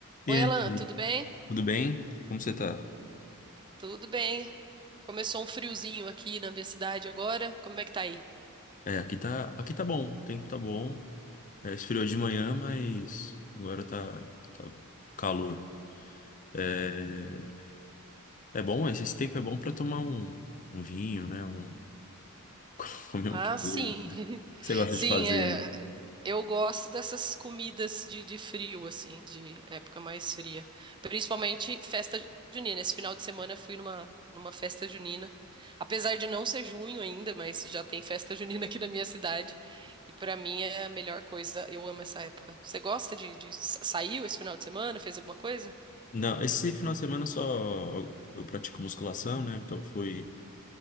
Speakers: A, on the left; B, on the right.
A: E
B: Oi,
A: aí,
B: Alan, tudo bem?
A: tudo bem? Como você tá?
B: Tudo bem. Começou um friozinho aqui na minha cidade agora. Como é que tá aí?
A: É, aqui tá, aqui tá bom, o tempo tá bom. É, esfriou de manhã, mas agora tá, tá calor. É,
B: Ah, legal.
A: é bom, esse esse tempo é bom pra tomar um, um vinho, né? Um, <laughs> comer
B: Ah,
A: um queijo.
B: sim. <laughs>
A: Você gosta
B: Sim,
A: de fazer?
B: é. Eu gosto dessas comidas de, de frio, assim, de época mais fria. Principalmente festa junina. Esse final de semana eu fui numa, numa festa junina. Apesar de não ser junho ainda, mas já tem festa <laughs> junina aqui na minha cidade. E pra mim é a melhor coisa. Eu amo essa época. Você gosta de, de sa- saiu esse final de semana? Fez alguma coisa?
A: Não, esse final de semana só eu, eu pratico musculação, né? Então fui